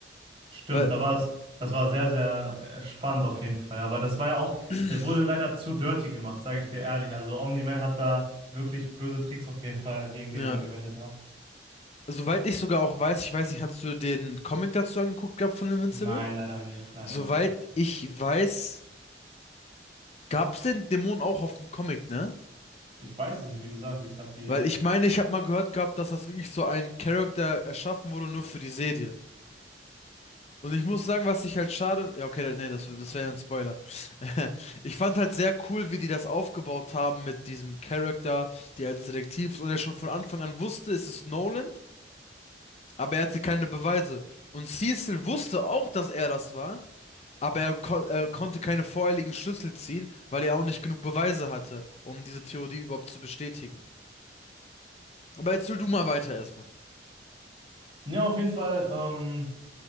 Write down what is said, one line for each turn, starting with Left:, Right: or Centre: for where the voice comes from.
Right: Stimmt,
Left: Weil,
Right: da war es, das war sehr, sehr spannend auf jeden Fall. Aber das war ja auch,
Left: <clears throat>
Right: der wurde leider zu dirty gemacht, sage ich dir ehrlich. Also Omni-Man hat da wirklich böse Tricks auf jeden Fall gegen
Left: ja,
Right: den angewendet, ne?
Left: soweit ich sogar auch weiß, ich weiß nicht, hast du den Comic dazu angeguckt gehabt von Invincible?
Right: Nein, leider nicht. Nein,
Left: Soweit
Right: nein, leider nicht.
Left: ich weiß, gab es den Dämon auch auf dem Comic, ne?
Right: Ich weiß es nicht, wie gesagt, ich habe die.
Left: Weil ich meine, ich habe mal gehört gehabt, dass das wirklich so ein Charakter erschaffen wurde nur für die Serie. Und ich muss sagen, was ich halt schade. Ja, okay, nee, das, das wäre ein Spoiler. <laughs> Ich fand halt sehr cool, wie die das aufgebaut haben mit diesem Charakter, der als Detektiv ist und der schon von Anfang an wusste, es ist Nolan, aber er hatte keine Beweise. Und Cecil wusste auch, dass er das war, Aber er, ko äh, konnte keine vorherigen Schlüssel ziehen, weil er auch nicht genug Beweise hatte, um diese Theorie überhaupt zu bestätigen. Aber jetzt erzähl du mal weiter erstmal.
Right: Ne, auf jeden Fall, ähm,